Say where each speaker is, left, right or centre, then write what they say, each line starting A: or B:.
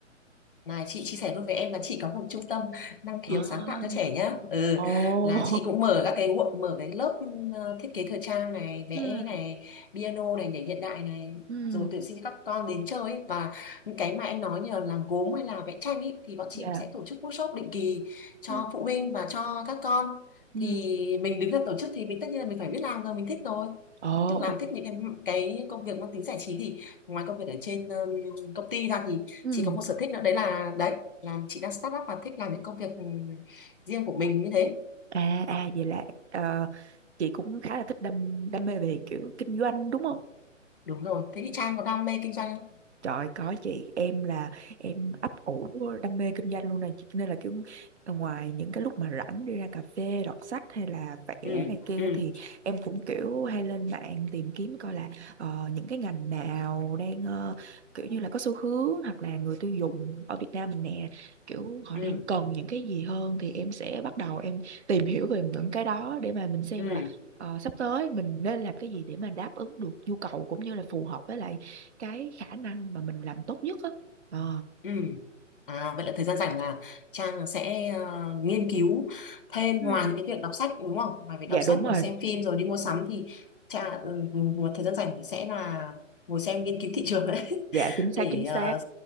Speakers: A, on the left; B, on the right.
A: Này chị chia sẻ luôn với em là chị có một trung tâm năng khiếu
B: À,
A: sáng tạo cho trẻ nhá. Ừ,
B: ồ.
A: là
B: <laughs>
A: chị cũng mở các cái nguộn mở cái lớp ừm, ờ, thiết kế thời trang này, vẽ
B: Ừ,
A: này, piano này, nhảy hiện đại này,
B: ừ,
A: rồi tuyển sinh cho các con đến chơi ấy. Và những cái mà em nói như là làm gốm hay là vẽ tranh ấy thì bọn chị
B: dạ.
A: cũng sẽ tổ chức workshop định kỳ cho
B: Ừ,
A: phụ huynh và cho các con.
B: ừ.
A: Thì mình đứng ra tổ chức thì mình tất nhiên là mình phải biết làm rồi, mình thích rồi.
B: Ồ,
A: Tức là
B: à,
A: làm thích những cái cái công việc mang tính giải trí thì ngoài công việc ở trên ừm, công ty ra thì
B: ừ.
A: chị có một sở thích nữa đấy là đấy là chị đang start up và thích làm những công việc ừ, riêng của mình như thế
B: À, à vậy là ờ, chị cũng khá là thích đam đam mê về kiểu kinh doanh đúng không?
A: đúng rồi thế thì Trang có đam mê kinh doanh không
B: Trời có chị em là em ấp ủ đam mê kinh doanh luôn này cho nên là kiểu ngoài những cái lúc mà rảnh đi ra cà phê đọc sách hay là vẽ
A: ừ
B: này kia
A: ừ
B: thì em cũng kiểu hay lên mạng tìm kiếm coi là ờ, những cái ngành nào đang ờ, kiểu như là có xu hướng hoặc là người tiêu dùng ở Việt Nam mình nè kiểu họ
A: ừ
B: đang cần những cái gì hơn thì em sẽ bắt đầu em tìm hiểu về những cái đó để mà mình xem
A: ừ
B: là ờ, sắp tới mình nên làm cái gì để mà đáp ứng được nhu cầu cũng như là phù hợp với lại cái khả năng mà mình làm tốt nhất á Ờ,
A: ừ à vậy là thời gian rảnh là Trang sẽ ờ, nghiên cứu thêm
B: Ừ.
A: ngoài những cái việc đọc sách đúng không ngoài việc
B: dạ
A: đọc
B: đúng
A: sách
B: rồi
A: rồi xem phim rồi đi mua sắm thì Trang ừ, một thời gian rảnh thì sẽ là ngồi xem nghiên cứu thị trường đấy
B: dạ
A: <laughs>
B: chính xác
A: để
B: chính xác
A: ờ,